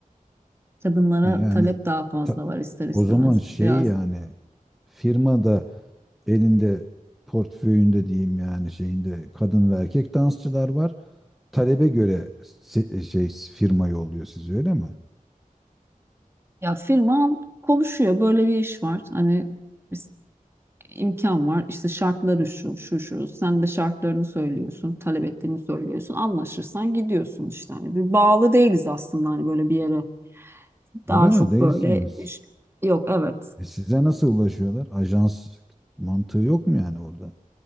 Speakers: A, on the right; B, in the centre.
A: Kadınlara
B: Ha, yani
A: talep daha fazla
B: ta-
A: var ister istemez.
B: o zaman şey
A: Biraz
B: yani firmada elinde portföyünde diyeyim yani şeyinde kadın ve erkek dansçılar var. Talebe göre se- şey firma yolluyor sizi öyle mi?
A: ya firma konuşuyor. Böyle bir iş var. Hani biz- imkan var. İşte şartları şu, şu, şu. Sen de şartlarını söylüyorsun. Talep ettiğini söylüyorsun. Anlaşırsan gidiyorsun işte. Hani bir bağlı değiliz aslında hani böyle bir yere. Daha
B: Öyle
A: çok
B: mi? Değilsiniz.
A: böyle iş. Yok evet.
B: E size nasıl ulaşıyorlar? Ajans mantığı yok mu yani orada?